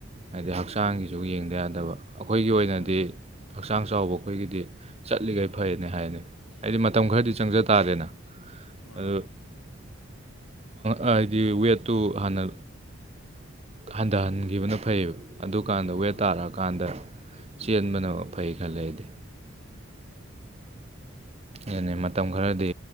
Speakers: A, on the right (about 30°); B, on the left (about 85°).
A: ꯍꯥꯏꯗꯤ ꯍꯛꯆꯥꯡꯒꯤꯁꯨ ꯌꯦꯡꯗ ꯌꯥꯗꯕ ꯑꯩꯈꯣꯏꯒꯤ ꯑꯣꯏꯅꯗꯤ
B: ꯑꯣ
A: ꯍꯛꯆꯥꯡ ꯆꯥꯎꯕ ꯑꯩꯈꯣꯏꯒꯤꯗꯤ ꯆꯠꯂꯤꯈꯩ ꯐꯩꯅꯦ ꯍꯥꯏꯅꯤ ꯍꯥꯏꯗꯤ ꯃꯇꯝ
B: ꯑꯣ
A: ꯈꯔꯗꯤ ꯆꯪꯖ ꯇꯥꯔꯦꯅ
B: ꯑꯥ
A: ꯑꯗꯣ ꯍꯥꯏꯗꯤ ꯋꯦꯠꯇꯨ ꯍꯥꯟꯅ ꯍꯟꯊꯍꯟꯈꯤꯕꯅ ꯐꯩꯌꯦꯕ ꯑꯗꯨꯀꯥꯟꯗ
B: ꯑꯥ
A: ꯋꯦꯠ ꯇꯥꯔꯛꯑꯀꯥꯟꯗ ꯆꯦꯟꯕꯅ ꯐꯩ ꯈꯜꯂꯗꯤ ꯑꯗꯨꯅꯦ ꯃꯇꯝ ꯈꯔꯗꯤ